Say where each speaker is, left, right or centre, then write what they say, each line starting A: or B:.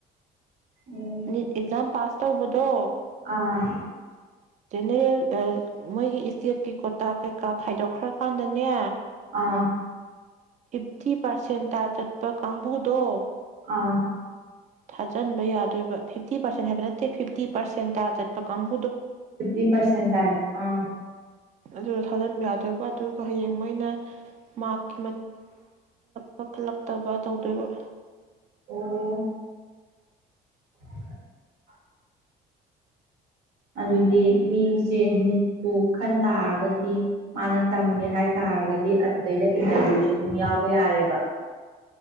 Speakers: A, on the right; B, on the right.
A: ꯎꯝ
B: ꯅꯤꯠ ꯑꯦꯛꯖꯥꯝ ꯄꯥꯁ ꯇꯧꯕꯗꯣ
A: ꯑꯥ
B: ꯖꯦꯅꯦꯔꯦꯜ ꯃꯣꯏ-ꯃꯣꯏꯒꯤ ꯏ꯭ꯁꯇꯦꯠꯀꯤ ꯀꯣꯇꯥ ꯀꯩꯀꯥ ꯈꯥꯏꯗꯣꯛꯈ꯭ꯔꯀꯥꯟꯗꯅꯦ
A: ꯑꯥ
B: ꯐꯤꯞꯇꯤ ꯄꯥꯔꯁꯦꯟꯇ ꯆꯠꯄ ꯀꯥꯡꯕꯨꯗꯣ
A: ꯑꯥ
B: ꯊꯥꯖꯤꯟꯕ ꯌꯥꯗꯣꯏꯕ ꯐꯤꯞꯇꯤ ꯄꯥꯔꯁꯦꯟ ꯍꯥꯏꯕ ꯅꯠꯇꯦ ꯐꯤꯐꯇꯤ ꯄꯥꯔꯁꯦꯟ ꯇ ꯆꯠꯄ ꯀꯥꯡ
A: ꯐꯤꯐꯇꯤ ꯄꯔꯁꯦꯟꯜ ꯑꯥ
B: ꯑꯗꯨꯗ ꯊꯥꯖꯤꯟꯕ ꯌꯥꯗꯣꯏꯕ ꯑꯗꯨꯒ ꯍꯌꯦꯡ ꯃꯣꯏꯅ ꯃꯔꯀꯤ ꯄꯈꯠꯂꯛꯇꯕ ꯇꯧꯗꯣꯏꯕ
A: ꯑꯣ ꯎ <inaudible> ꯑꯗꯨꯗꯤ ꯃꯤꯁꯦ ꯅꯤꯠꯄꯨ ꯈꯟ ꯇꯥꯔꯒꯗꯤ ꯃꯥꯅ ꯇꯝꯒꯦ ꯍꯥꯏ ꯇꯥꯔꯒꯗꯤ ꯑꯗꯨꯗꯩꯗ ꯏꯟꯇꯔꯚꯤꯌꯨꯁꯦ ꯑꯗꯨꯝ ꯌꯥꯎꯕ ꯌꯥꯔꯦꯕ